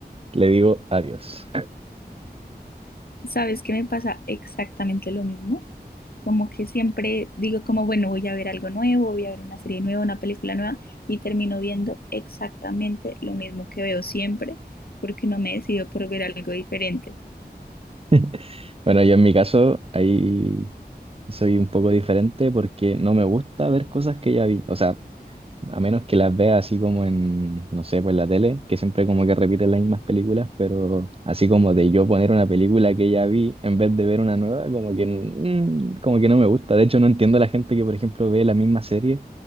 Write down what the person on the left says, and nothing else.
¿Sabes qué me pasa exactamente lo mismo? Como que siempre digo como, bueno, voy a ver algo nuevo, voy a ver una serie nueva, una película nueva y termino viendo exactamente lo mismo que veo siempre porque no me decido por ver algo diferente.